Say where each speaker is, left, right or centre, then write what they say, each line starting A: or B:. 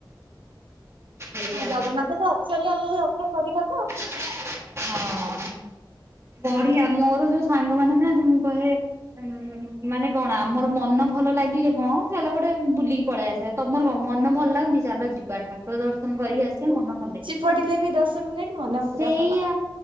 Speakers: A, on the right (about 35°); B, on the right (about 85°).
A: ସେଇଆ
B: ହଁ ଜଗନ୍ନାଥ ତ ଅଛନ୍ତି ଆମକୁ ରକ୍ଷା କରିବାକୁ ଆଉ।
A: <inaudible> ହଁ ବଢିଆ ମୋର ଯୋଉ ସାଙ୍ଗମାନେ ଥାନ୍ତି ମୁଁ କହେ ହଁ ମାନେ କଣ ଆମର ମନ ଭଲ ଲାଗିଲେ କଁ ଚାଲ ଗୋଟେ ବୁଲିକି ପଳେଇ ଆସିବା ତମର କଁ ମନ ଭଲ ଲାଗୁନି ଚାଲ ଯିବା ଠାକୁର ଦର୍ଶନ୍ କରିକି ଆସିବା ମନ ଭଲ ଲାଗିବ।
B: ପଡ଼ିିଲେ ବି ଦଶ <unintelligible> <unintelligible>
A: ସେଇୟା।
B: ଭଲ।